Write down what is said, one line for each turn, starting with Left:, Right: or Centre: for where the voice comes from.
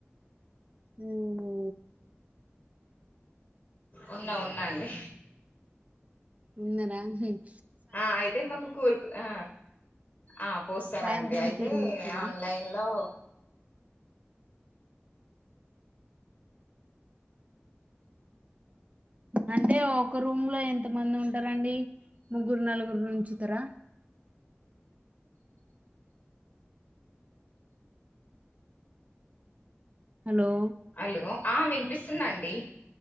Right: ఉహు..
Left: ఉన్నా ఉన్నా అండి
Right: ఉన్నార హుమ్
Left: ఆ అయితే మాకు అ ఆ పోస్తారండి
Right: సాయంత్రం
Left: అయితే
Right: టీ పోస్తారా
Left: ఆన్లైన్ లో
Right: అంటే ఒక రూమ్ లో ఎంత మంది ఉంటారండి ముగ్గురు నలుగురు నీ ఉంచుతారా. హలో
Left: హలో ఆ వినిపిస్తుందండి